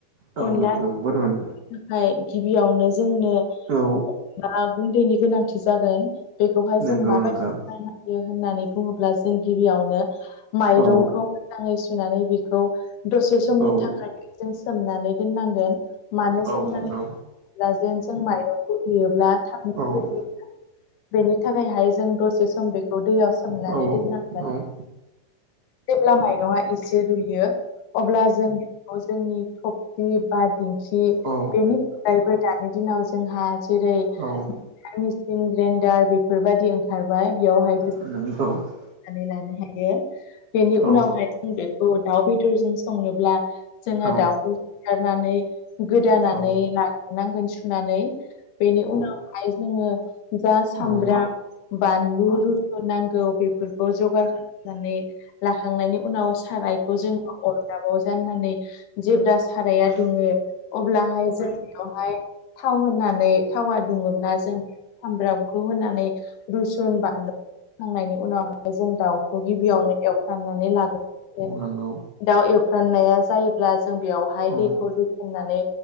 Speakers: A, on the right; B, on the left.
A: औ
B: अनलानि
A: नंगौ बोरमोन
B: थाखाय गिबियावनो जोंनो
A: औ
B: अनला गुन्दैनि गोनांथि जागोन बेखौहाय
A: नंगौ
B: जों माबायदि।
A: नोंथां
B: होननानै बुङोब्ला जों गिबियावनो माइरंखौ
A: औ
B: मोजाङै सुनानै बेखौ दसे समनि
A: औ
B: थाखाय जों सोमनानै दोननांगोन मानो
A: औ
B: सोमनानै
A: नंगौ
B: दोनो होनोब्ला जों माइरंखौ देयोब्ला थाबनो
A: औ
B: जायो बेनि थाखायहाय जों दसे सम बे दैयाव सोमनानै
A: औ
B: दोननांगोन
A: औ
B: जेब्ला माइरंङा एसे रुयो। अब्ला जों जोंनि थबसि बा दिंखि
A: औ
B: बेनि अनगायैबो दानि दिनाव जोंहा जेरै
A: औ
B: मिचन ग्रेइनडार बेफोरबायादि ओंखारबाय बेयावहाय
A: नोंथौ <unintelligible>
B: नानै लानो हायो बेनि
A: औ
B: उनावहाय जों बेखौ दाउ बेदरजों संनोब्ला। जोङो
A: औ
B: दाउखौ सिाथारनानै गोदानानै
A: औ
B: लागोरनांगोन सुनानै बेनि उनावहाय जोङो जा सामब्राम
A: औ
B: बानलुु नांगौ बेफोरखौ जगार खालामनानै लाखांनायनि उनाव सारायखौ जोङो अरदाबाव जाननानै जेब्ला साराया दुङो। अब्लाहाय जों बेयावहाय थाव होननानै थावा दुङोब्ला जों सामब्रामखौ होनानै रुसुन बानलु। खांनायनि उनावहाय जों दाउखौ गिबियावनो एवफ्रांनानै लाग्रोनाय जायो।
A: नंगौ
B: दाउ एवफ्राननाया जायोब्ला जों बेयावहाय
A: औ
B: दैखौ लुसननानै